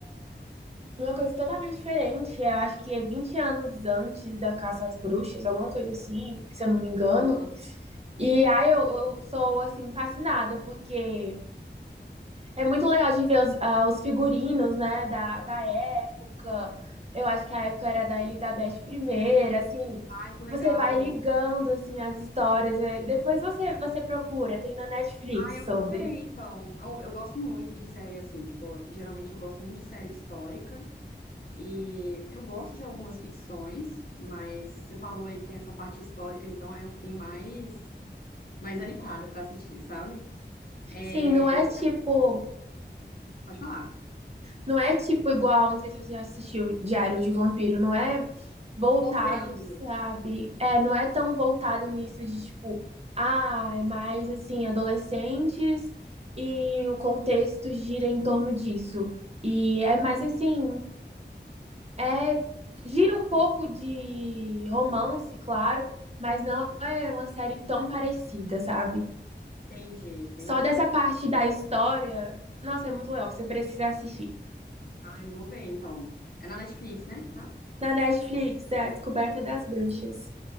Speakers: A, on the right; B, on the left.
A: Uma coisa totalmente diferente, é, eu acho que é 20 anos antes da Caça às Bruxas, alguma coisa assim, se eu não me
B: Aham.
A: engano. E aí eu, eu sou, assim, fascinada, porque é muito legal de ver os, ah, os figurinos, né, da, da época. Eu acho que a época era da Elizabeth primeira assim,
B: Ai, que legal.
A: você vai ligando, assim, as histórias. é, Depois você, você procura, tem na Netflix
B: Ai, eu
A: sobre.
B: vou ver, então. Eu, eu gosto muito de série, assim, tipo, geralmente eu gosto muito de série histórica. E eu gosto de algumas ficções, mas você falou aí que tem essa parte histórica, então aí eu fiquei mais, mais animada pra assistir, sabe?
A: Sim,
B: É,
A: não é
B: você
A: tipo
B: já pode falar.
A: Não é tipo igual, não sei se você já assistiu Diário de um Vampiro, não é voltado,
B: Tô vendo.
A: sabe? É, não é tão voltado nisso de tipo, ah, é mais assim, adolescentes e o contexto gira em torno disso. E é mais assim, é gira um pouco de romance, claro, mas não é uma série tão parecida, sabe?
B: Entendi, entendi.
A: Só dessa parte da história, nossa, é muito legal, você precisa assistir.
B: Ah, eu vou ver então. É na Netflix, né, que tá?
A: Na Netflix, é a Descoberta das Bruxas.